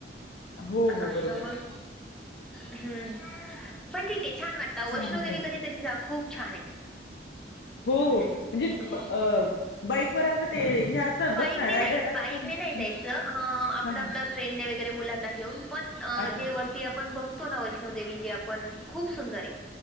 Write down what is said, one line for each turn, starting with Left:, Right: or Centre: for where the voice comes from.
Left: आहे हो हो
Centre: आसं
Left: बरोबर
Centre: मग.
Left: आहे
Centre: हम्म पण ठीक आहे, छान वाटत.
Left: चालेल
Centre: वैष्णोदेवी
Left: पण
Centre: कधीतरी जा खूप छान आहे.
Left: हो
Centre: हम्म
Left: हो. म्हणजे
Centre: हो
Left: अ बाईकवर असं ते हे असतात
Centre: बाईकने
Left: बघ ना, रायडर
Centre: नाही
Left: असतात.
Centre: बाईकने
Left: ना
Centre: नाही जायचं. आपलं
Left: हा
Centre: आपलं
Left: हा
Centre: ट्रेनने वगैरे मुलांना घेऊन पण
Left: अच्छा
Centre: जे वरती पण बघतो ना वैष्णोदेवी जे आपण खूप सुंदर आहे.